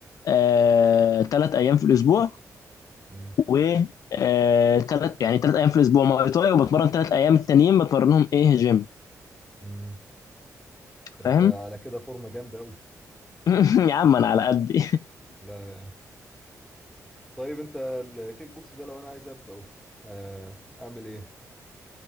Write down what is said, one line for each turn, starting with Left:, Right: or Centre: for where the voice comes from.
Left: آه... تلات ايام في الاسبوع
Centre: امم
Left: و آه... تلات يعني تلات ايام في الاسبوع ماي تاي وبتمرن تلات ايام التانيين بتمرنهم ايه جيم
Centre: امم ده انت
Left: فاهم
Centre: على كده فورمه جامده قوي
Left: <laughs> يا عم انا على قدي
Centre: لا يعني. طيب انت الكيك بوكس ده لو انا عايز ابداه آه اعمل ايه